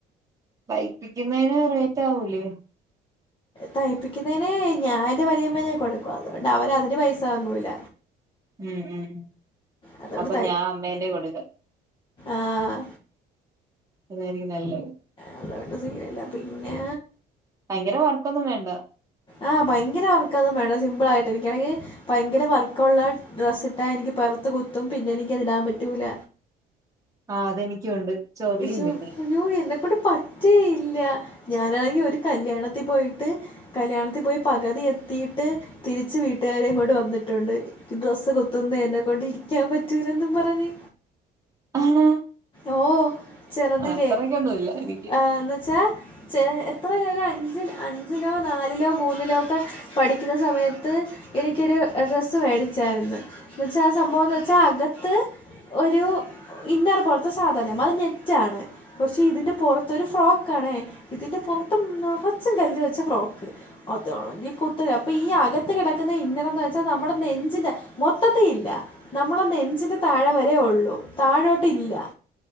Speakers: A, on the right (about 20°); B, on the left (about 30°).
A: തൈപ്പിക്കുന്നേന് റേറ്റ് ആവൂലേ
B: തൈപ്പിക്കുന്നതിന് ഞാന്റെ വലിയമ്മേനെ കൊടുക്കും അതുകൊണ്ട് അവര അതിന് പൈസ വാങ്ങൂല്ല
A: ഉം ഉം
B: അതുകൊണ്ട്
A: അപ്പൊ ഞാൻ അമ്മേന്റെ കൊടുക്ക.
B: ആഹ്.
A: അതായിരിക്കും നല്ലത്.
B: അതോണ്ട് സീൻ ഇല്ല പിന്നെ
A: ഭയങ്കര വർക്കൊന്നും വേണ്ട
B: ആഹ് ഭയങ്കര വർക്കൊന്നും വേണ്ട സിമ്പിൾ ആയിട്ട് എനിക്കാണെങ്കിൽ ഭയങ്കര വർക്കുള്ള ഡ്രസ്സ് ഇട്ടാ എനിക്ക് പൊറത്ത് കുത്തും പിന്നെ എനിക്കതിടാൻ പറ്റൂല
A: ആഹ് അതെനിക്കുണ്ട് ചൊറിയും
B: ശോ
A: പിന്നെ
B: അയ്യോ എന്നെക്കൊണ്ട് പ റ്റിയില്ല ഞാനാണെങ്കി ഒരു കല്യാണത്തിൽ പോയിട്ട് കല്യാണത്തിൽ പോയി പകുതി എത്തിയിട്ട് തിരിച്ച് വീട്ടുകാരെയും കൊണ്ട് വന്നിട്ടുണ്ട് ഡ്രസ്സ് കുത്തന്ന് എന്നെ കൊണ്ട് നിക്കാൻ പറ്റൂല്ലെന്നും പറഞ്ഞ്
A: ആണ
B: ഓ ചെറുതില്ലേ
A: അത്രക്കൊന്നുല്ല എനിക്ക്
B: ഏ എന്ന് വച്ചാ ചെ എത്രയോ അഞ്ച അഞ്ചിലോ നാലിലോ മൂന്നിലോ ഒക്കെ പഠിക്കുന്ന സമയത്ത് എനിക്കൊരു ഡ്രസ്സ് മേടിച്ചായിരുന്നു എന്ന വെച്ചാ ആഹ് സംഭവംന്ന് വച്ചാ അകത്ത് ഒരു ഇന്നർ പോലത്തെ സാധനം അത് നെറ്റാണ് പക്ഷെ ഇതിന്റെ പുറത്തൊരു ഫ്രോക്കാണേ ഇതിന്റെ പുറത്ത് നിറച്ചും കല്ല് വെച്ച ഫ്രോക്ക് അതാണങ്കി കുത്ത് അപ്പൊ ഈ അകത്ത് കിടക്കുന്ന ഇന്നർന്ന് വെച്ചാൽ നമ്മുടെ നെഞ്ചിന്റെ മൊത്തത്തി ഇല്ല നമ്മടെ നെഞ്ചിന്റെ താഴെ വരെ ഉള്ളു താഴോട്ട് ഇല്ല